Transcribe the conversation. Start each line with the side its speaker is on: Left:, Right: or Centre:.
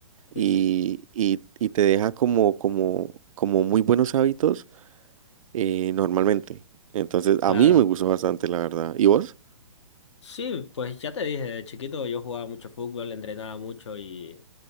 Left: Sí,
Right: y,
Left: sí.
Right: y- y te deja como, como, como muy buenos hábitos eh, normalmente. Entonces, a
Left: Claro.
Right: mí me gustó bastante, la verdad. ¿Y vos?
Left: Sí, pues ya te dije, de chiquito yo jugaba mucho fútbol, entrenaba mucho y,